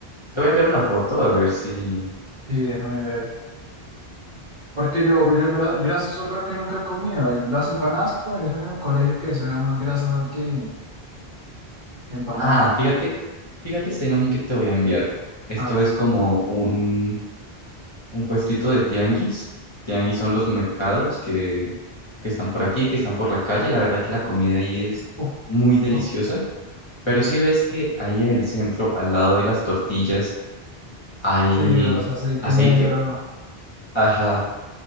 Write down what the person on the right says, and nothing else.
sí, déjame ver. Porque yo, yo gra- grasas yo creo que nunca he comido. Las empanadas que comí en el colegio, que eso era más grasa que, que empanada.
A ver.
Uf,
oh.
Sí, o sea, aceite
negro.